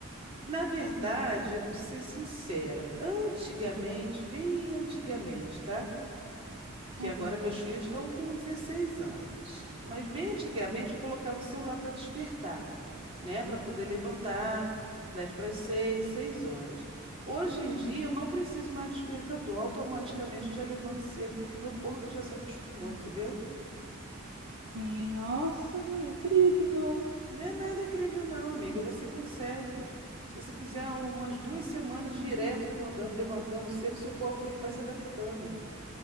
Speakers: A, on the right; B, on the right.
A: Na verdade, eu vou te ser sincera, antigamente, bem antigamente, tá? Que
B: Uhum.
A: agora meus filhos estão com 16 anos. Mas bem antigamente eu colocava o celular para despertar. né, para poder levantar, 10 para as 6 6 horas. Hoje em dia eu não preciso mais de despertador, automaticamente eu já levanto cedo, porque meu corpo já se acostumou, entendeu?
B: Sim, nossa, incrível, hein?
A: Não é nada incrível não, amiga, você consegue. Se você fizer umas duas semanas direto acordando, levantando cedo, seu corpo ele vai se adaptando.